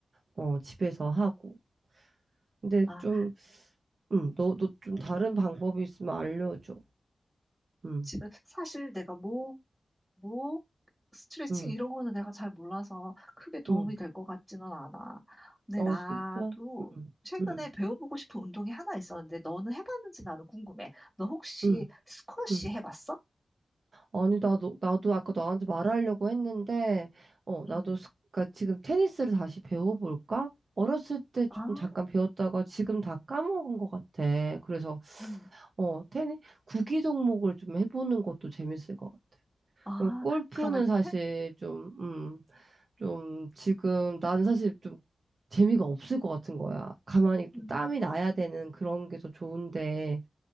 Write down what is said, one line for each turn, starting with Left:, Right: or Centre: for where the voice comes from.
Right: 어, 집에서 하고. 근데
Centre: 아,
Right: 좀, 음, 너도 좀 다른 방법이 있으면 알려줘. 음,
Centre: 집에 사실 내가 목, 목 스트레칭
Right: 음,
Centre: 이런 거는 내가 잘 몰라서 크게 도움이
Right: 음.
Centre: 될 것 같지는 않아. 근데
Right: 어,
Centre: 나도
Right: 진짜? 음,
Centre: 최근에
Right: 음,
Centre: 배워보고 싶은 운동이 하나 있었는데 너는 해봤는지 나는 궁금해. 너 혹시
Right: 음,
Centre: 스쿼시
Right: 음.
Centre: 해봤어?
Right: 아니, 나도, 나도 아까 너한테 말하려고 했는데, 어, 나도,
Centre: 응.
Right: 스- 그러니까 지금 테니스를 다시 배워볼까? 어렸을 때 좀
Centre: 아,
Right: 잠깐 배웠다가 지금 다 까먹은 것 같아. 그래서
Centre: 응.
Right: 어, 테니, 구기 종목을 좀 해보는 것도 재밌을 것 같아.
Centre: 아,
Right: 음, 골프는
Centre: 그러면
Right: 사실
Centre: 태,
Right: 좀, 음, 좀 지금 나는 사실 좀 재미가 없을 것 같은 거야. 가만히 좀
Centre: 음.
Right: 땀이 나야 되는 그런 게 더 좋은데,